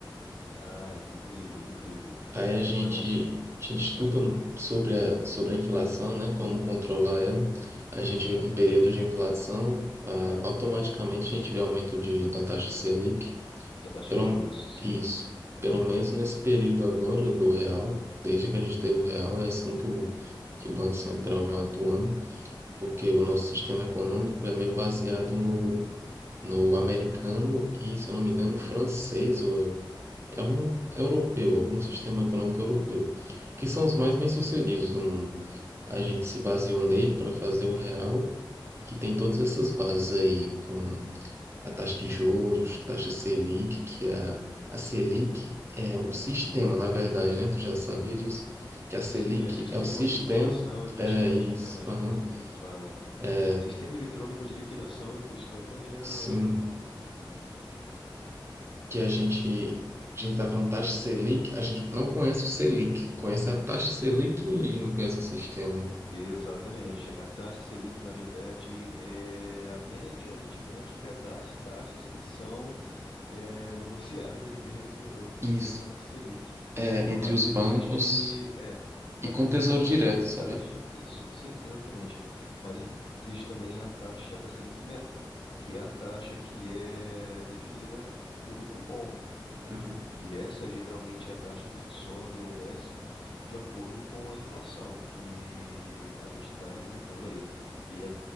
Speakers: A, on the left (about 85°); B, on the right (about 30°).
A: Ah, incrível, incrível.
B: Aí a
A: Então,
B: gente,
A: assim,
B: a gente estuda
A: pode falar.
B: sobre a, sobre a inflação, né? Como controlar ela. A gente
A: Exatamente.
B: vê que em período de inflação, ah, automaticamente a gente vê aumento de, da taxa Selic.
A: Da taxa
B: Pelo,
A: de juros, sim.
B: isso. Pelo menos nesse período agora do real, desde que a gente teve o real, é assim que o, que o Banco Central vem atuando. porque o nosso sistema econômico é meio baseado no, no americano e, se eu não me engano,
A: Uhum,
B: francês ou é um europeu, algum sistema econômico europeu,
A: uhum,
B: que são os mais bem-sucedidos do mundo. A gente se baseou nele para fazer o real e tem todas essas bases aí, com a taxa de juros, taxa Selic, que é a, a Selic é um sistema,
A: uhum.
B: na verdade, né? Tu já sabia disso? Que a Selic
A: Sim, é sistema
B: é o sistema.
A: de liquidação e custódia.
B: É isso,
A: <laughs> Eu acho
B: aham.
A: que é assim que fala, né?
B: É,
A: Sistema eletrônico de liquidação e custódia
B: sim.
A: é alguma coisa, mas.
B: que a gente, a gente tá falando taxa Selic, a gente não conhece o Selic, conhece a taxa Selic e não conhece o sistema.
A: Exatamente. A taxa Selic, na verdade, é a média aritmética das taxas que são é, negociadas dentro do sistema
B: Isso.
A: Selic.
B: É, entre
A: Mas
B: os
A: existe,
B: bancos
A: é, mas
B: e com
A: existe
B: Tesouro
A: também
B: Direto,
A: a
B: sabe?
A: taxa, isso, sim, exatamente. Mas existe também a taxa da Selic Meta, que é a taxa que é definida pelo Copom. Entende?
B: Uhum.
A: E essa geralmente é a taxa que sobe ou desce de acordo com a inflação que a gente está verificando aí. E aí a-